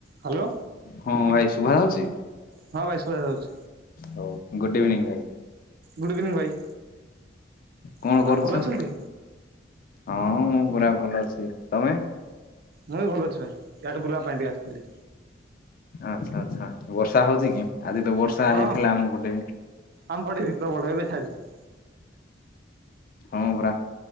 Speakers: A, on the right; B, on the left.
A: ହାଲୋ।
B: ହଁ ଭାଇ ଶୁଭା ଯାଉଛି
A: ହଁ ଭାଇ ଶୁଭା ଯାଉଛି
B: ହଉ ଇଭିନିଂ ଭାଇ।
A: ଗୁଡ଼ ଇଭିନିଂ ଭାଇ।
B: କଣ
A: ଆଉ ଭାଇ
B: କରୁଛ
A: ଭଲ ଅଛନ୍ତି?
B: ହଁ ମୁଁ ପୁରା ଭଲ ଅଛି ତମେ?
A: ମୁଁ ବି ଭଲ ଅଛି ଭାଇ ଇଆଡ଼େ ବୁଲିବା ପାଇଁ ଟିକେ ଆସିଥିଲି।
B: ଆଚ୍ଛା ଆଚ୍ଛା ବର୍ଷା ହଉଚ କି ଆଜି ତ ବର୍ଷା
A: ହଁ
B: ହେଇଥିଲା ଆମ ପଟେ।
A: ଆମ ପଟେ ବି ପ୍ରବଳ ଏବେ ଛାଡିଚଛି।
B: ହଁ ପରା